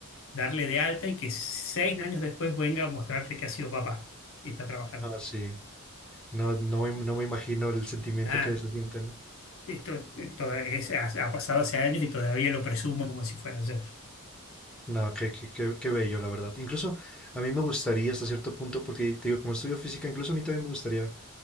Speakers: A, on the left; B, in the centre.
A: darle de alta y que seis años después venga a mostrarte que ha sido papá y está trabajando.
B: Ah, sí. No, no, me- no me imagino el sentimiento
A: Ah,
B: que se siente, ¿no?
A: Esto, esto es- ha, ha pasado hace años y todavía lo presumo como si fuera ayer.
B: No, qué, qué, qué, qué bello, la verdad. Incluso a mí me gustaría hasta cierto punto, porque te digo, como estudio física, incluso a mí también me gustaría